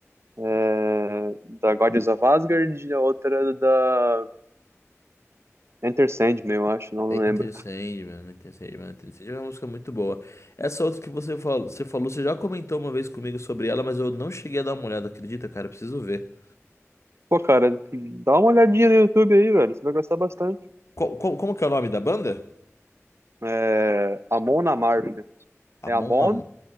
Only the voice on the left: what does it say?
Enter
Sandman, Enter Sandman, Enter Sandman é uma música muito boa. Essa outra que você falou, você falou, você já comentou uma vez comigo sobre ela, mas eu não cheguei a dar uma olhada, acredita, cara? Eu Preciso ver.
Co- co- como que é o nome da banda?
Amon